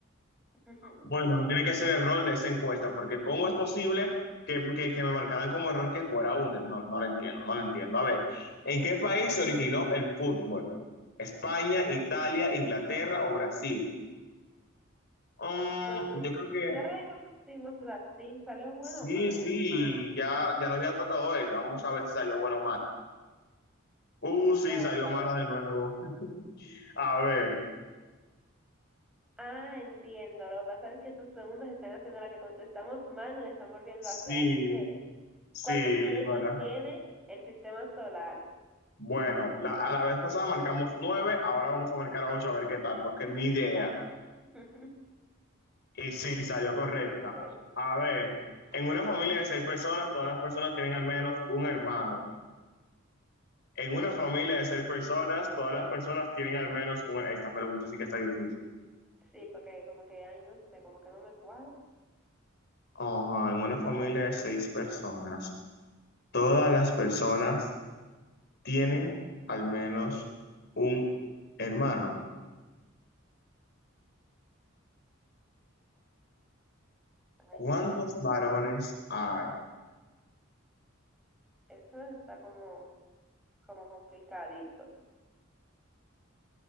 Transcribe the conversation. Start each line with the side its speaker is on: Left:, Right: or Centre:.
Centre: <laughs>
Left: Bueno, tiene que ser el rol de esa encuesta, porque ¿cómo es posible que, que, que me marcaran como error que fuera uno? No, no lo entiendo, no lo entiendo. A ver, ¿en qué país se originó el fútbol? ¿España, Italia, Inglaterra o Brasil? Mm,
Centre: Bueno, creo,
Left: yo creo que
Centre: creo que ahorita pusimos Brasil. ¿Salió buena
Left: sí,
Centre: o mala?
Left: sí, ya, ya no había tocado esta. Vamos a ver si salió buena o mala. Uh, sí,
Centre: Oh,
Left: salió
Centre: salió
Left: mala de
Centre: mala.
Left: nuevo. <laughs> A ver,
Centre: Ah, entiendo. Lo que pasa es que estas preguntas están haciendo la que contestamos mal, no la están volviendo
Left: sí,
Centre: a hacer. Así que
Left: sí,
Centre: ¿Cuántos planetas
Left: la verdad.
Centre: tiene el sistema solar?
Left: Bueno, la- a la vez pasada marcamos nueve, ahora vamos a marcar ocho a ver qué tal, porque ni
Centre: Exacto.
Left: idea.
Centre: <laughs>
Left: Y sí, salió correcta.
Centre: Sí, güey.
Left: A ver, en una familia de seis personas, todas las personas tienen al menos un hermano. En una familia de seis personas, todas las personas tienen al menos un... Esta pregunta sí que está difícil.
Centre: Sí, porque como que, ay, no sé, como que no me cuadra.
Left: Ajá, en una familia de seis personas, todas las personas tienen al menos un hermano. ¿Cuántos
Centre: Ay, Dios. mío.
Left: varones hay?
Centre: Eso está como, como complicadito.